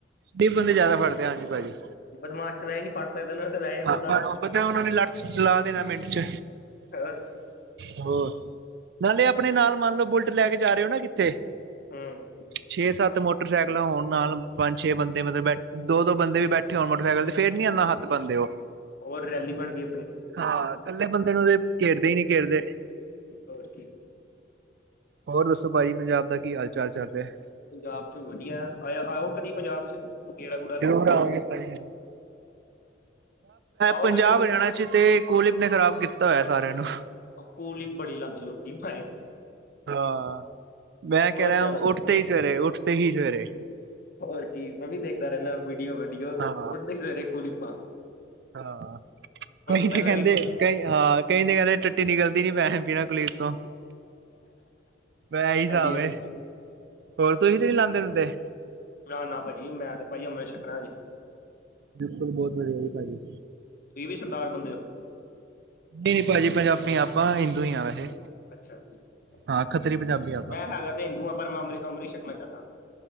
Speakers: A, on the right; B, on the left.
A: ਫਿਰ ਬੰਦੇ ਜ਼ਿਆਦਾ ਫੜਦੇ ਆ ਹਾਂਜੀ ਭਾਜੀ
B: ਬਦਮਾਸ਼ਤ ਨੂੰ ਇਹ ਹੈ ਨੀ ਫੜ। <unintelligible>
A: ਹਾਂ
B: ਦੇਣਾ
A: ਉਹ ਪਤਾ ਉਹਨਾ ਨੇ ਲੜ 'ਚਲਾ ਦੇਣਾ ਮਿੰਟ 'ਚ।
B: ਹੋਰ
A: ਹਾਂ ਨਾਲੇ ਆਪਣੇ ਨਾਲ ਮੰਨ ਲਓ ਬੁਲਟ ਲੈ ਕੇ ਜਾ ਰਹੇ ਹੋ ਨਾ ਕਿੱਤੇ।
B: ਹੂ,,,
A: ਛੇ ਸੱਤ ਮੋਟਰਸਾਈਕਲਾਂ ਹੋਣ ਨਾਲ ਪੰਜ ਛੇ ਬੰਦੇ ਮਤਲਬ ਬੈਠੇ। ਦੋ ਦੋ ਬੰਦੇ ਵੀ ਬੈਠੇ ਹੋਣ ਮੋਟਰਸਾਈਕਲ ਤੇ ਫਿਰ ਨੀ ਇੰਨਾ ਹੱਥ ਪਾਂਦੇ ਉਹ।
B: ਹੋਰ ਰੈਲੀ ਬਣ ਗਈ ਆਪਣੀ।
A: ਹਾਂ ਇਕੱਲੇ ਬੰਦੇ ਨੂੰ ਤੇ ਘੇਰਦੇ ਹੀ ਨਹੀਂ ਘੇਰਦੇ।
B: ਹੋਰ ਕੀ।
A: ਹੋਰ ਦੱਸੋ ਭਾਜੀ ਪੰਜਾਬ ਦਾ ਕੀ ਹਾਲ ਚਾਲ ਚੱਲ ਰਿਹਾ ਹੈ।
B: ਪੰਜਾਬ ਚ ਵਧੀਆ ਆ ਆਓ ਕਦੀ ਪੰਜਾਬ ਚ ਗੇੜਾ ਗੂੜਾ ਲਾਓ
A: ਜ਼ਰੂਰ ਆਣਗੇ ਭਾਜੀ
B: ਆਓਗੇ
A: ਪੰਜਾਬ ਹਰਿਆਣਾ ਚ ਤੇ ਕੋਲਿਪ ਨੇ ਖਰਾਬ ਕੀਤਾ ਹੋਇਆ ਸਾਰਿਆਂ ਨੂੰ
B: ਉਹ ਕੁਲੀਪ ਬੜੀ ਲਾਉਂਦੇ ਲੋਕੀ ਮਾਏ
A: ਹਾਂ ਮੈਂ ਕਹਿ
B: ਬਹੁਤ
A: ਰਿਹਾ
B: ਜ਼ਿਆਦਾ
A: ਉੱਠ ਤੇ ਹੀ ਸਵੇਰੇ ਉੱਠ ਤੇ ਹੀ ਸਵੇਰੇ
B: ਹੋਰ ਕੀ ਮੈਂ ਵੀ ਦੇਖਦਾ ਰਹਿੰਦਾ ਵੀਡੀਓ ਵਡੀਓ ਤੁਹਾਡੇ
A: ਹਾਂ
B: ਸਵੇਰੇ ਕੁਲੀਪਾ
A: ਹਾਂ ਕਈ
B: ਪਹਿਲਾਂ
A: ਤੇ ਕਹਿੰਦੇ
B: ਵੀ ਕੁਲੀਪਾਂ
A: ਕਈ ਹਾਂ ਕਈ ਤੇ ਕਹਿੰਦੇ ਟੱਟੀ ਨਿਕਲਦੀ ਨੀ ਪੈ ਬਿਨਾਂ ਕੁਲੀਪ ਤੋਂ। ਮੈਂ ਇਹੀ ਹਿਸਾਬ
B: ਹਾਂਜੀ ਹਾਂਜੀ
A: ਏ ਹੋਰ ਤੁਸੀਂ ਤੇ ਨਹੀਂ ਲਾਦੇ ਲੈਂਦੇ
B: ਨ ਨਾ ਭਾਜੀ ਮੈਂ ਤੇ ਭਾਜੀ ਅੰਮ੍ਰਿਤ ਛਕਣਾ ਹਜੇ
A: ਬਿਲਕੁਲ ਬਹੁਤ ਵਧੀਆ ਜੀ ਭਾਜੀ
B: ਤੁਸੀਂ ਵੀ ਸਰਦਾਰ ਬੰਦੇ ਹੋ
A: ਨਹੀਂ ਨੀ ਭਾਜੀ ਪੰਜਾਬੀ ਆਪਾਂ ਹਿੰਦੂ ਹੀ ਵੈਸੇ
B: ਅੱਛਾ ਅੱਛਾ
A: ਹਾਂ ਖੱਤਰੀ ਪੰਜਾਬੀ ਆ ਆਪਾਂ।
B: ਮੈਂ ਹੈਗਾ ਤੇ ਹਿੰਦੂਆਂ ਪਰ ਮੈਂ ਅੰਮ੍ਰਿਤ ਛਕਣਾ ਚਾਹੁੰਦਾ